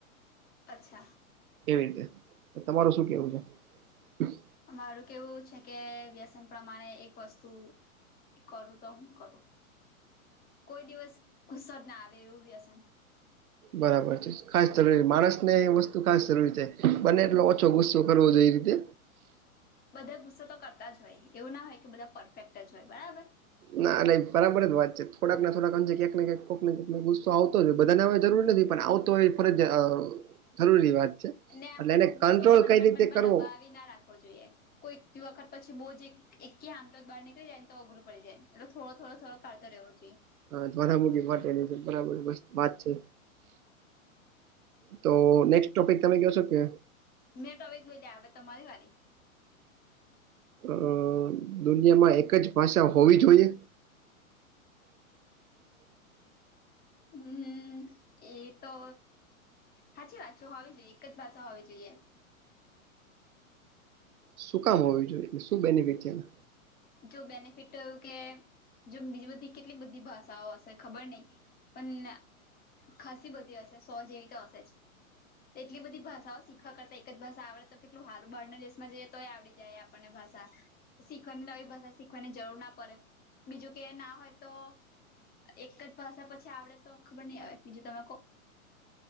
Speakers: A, on the left (about 20°); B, on the right (about 80°).
A: અચ્છા.
B: એવી રીતે. તો તમારું શું કેવું છે? <inaudible>
A: મારું કેવું એવું છે કે વ્યસન પ્રમાણે એક વસ્તુ કે કરું તો હું કરું? કોઈ દિવસ ગુસ્સો જ ના આવે એવું વ્યસન.
B: બરાબર છે. ખાસ જરૂરી માણસ ને એ વસ્તુ ખાસ જરૂરી છે. બને એટલો ઓછો ગુસ્સો કરવો જોઈ એ.
A: બધા ગુસ્સો તો કરતા જ હોય, એવું ના હોય કે બધા પરફેક્ટ જ હોય. બરાબર?
B: ના એટલે એ બરાબર જ વાત છે. થોડાક ને થોડાક આમ જ્યાં ક્યાંક ને ક્યાંક, કોક ને કોકને ગુસો આવતો જ હોય, બધાને આવે જરૂરી નથી. પણ આવતો હોય એ ફરજિયા અહ જરૂરી વાત છે.
A: ને
B: એટલે
A: એમ પણ
B: એને
A: બહુ
B: કંટ્રોલ
A: ગુસ્સો મનમાં
B: કઈ રીતે
A: મનમાં
B: કરવો
A: દબાવી ના રાખ ખવો જોઈએ. કોઈ વખત પછી બહું જ એક એક <unintelligible> બહાર નીકળી જાય ને તો અઘરું પડી જાય. એટલે થોડો-થોડો-થોડો કાઢતો રહેવો જોઈએ.
B: હા ભરા મોટી માટેની બરાબર વાત છે. તો નેક્સ્ટ ટોપિક તમે ક શો કે?
A: મેટો એક બોલ્યા આવે તમારી વારી.
B: અ દુનિયામાં એક જ ભાષા હોવી જોઈએ? <inaudible>
A: હમ એ તો સાચી વાતચો હોવી જોઈએ એક જ ભાષા હોવી જોઈએ.
B: શું કામ હોવું જોઈએ, એટલે શું બેનિફિટ છે એને?
A: જો બેનિફિટ કે જો બીજી બધી કેટલી બધી ભાષાઓ હશે ખબર નહી? પણ ખાસી બધી હશે સો જે એવી તો હશે જ. એટલી બધી ભાષાઓ શીખવા કરતા એક જ ભાષા આવડે તો કેટલું હારું, બહારના દેશમાં જઈએ તો એ આવડી જાય આપ આપણને ભાષા શીખવા <inaudible> ભાષા શીખવાની જરૂર ના પડે બીજું કે ના હોય તો એક જ ભાષા પછી આવડે તો ખબર નહી આવે બીજું તમે કો